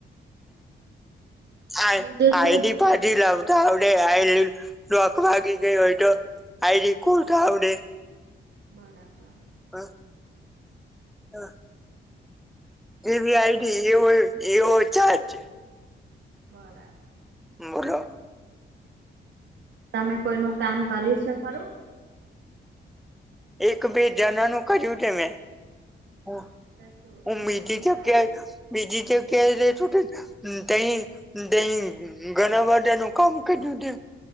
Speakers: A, in the centre; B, on the right (about 75°).
A: આઈ
B: બીજું શું
A: આઈડી. પાછી લાઉ તો આવડે આઈડી લોક વાગી ગઈ હોય તો. આઈડી ખોલતા આવડે.
B: બરાબર.
A: હા હા. યુપીઆઈ આઈડી એવુ એવુ ચારજ
B: બરાબર
A: બોલો
B: તમે કોઈનું કામ કર્યું છે ખરું
A: એક બેીજનાનું કજુ ઉઠે ને હ
B: હા તો શું
A: હું
B: એ લોકો
A: બીજી
B: નું
A: જગ્યા
B: કામ
A: બીજી જગ્યાએ રત તેહી તેહી ગણા વાદ્યાનું કામ ક દું તે